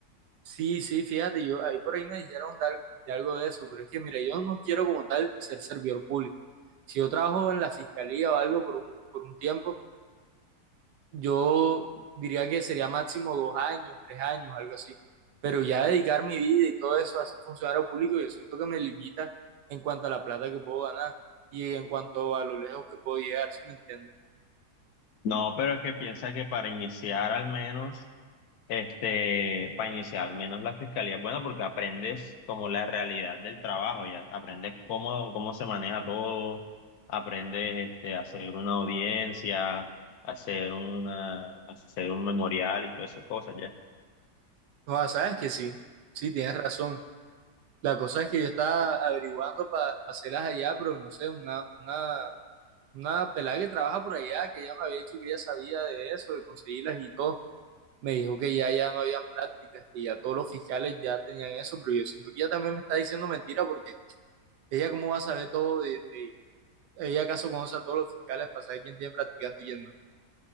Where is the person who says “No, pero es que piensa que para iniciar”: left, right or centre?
Left